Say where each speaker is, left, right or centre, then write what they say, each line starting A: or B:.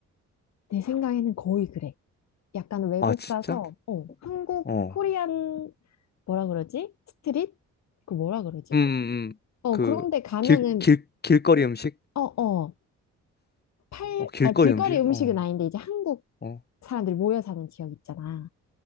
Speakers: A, on the left; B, on the left.
A: 내 생각에는 거의 그래. 약간 외국
B: 아, 진짜?
A: 가서, 어, 한국,
B: 어.
A: 코리안, 뭐라 그러지? 스트릿? 그 뭐라 그러지?
B: 음, 음. 음.
A: 어,
B: 그,
A: 그런데 가면은,
B: 길, 길, 길거리 음식?
A: 어, 어. 팔,
B: 어, 길거리
A: 아, 길거리
B: 음식?
A: 음식은
B: 어,
A: 아닌데 이제 한국
B: 어.
A: 사람들이 모여 사는 지역 있잖아.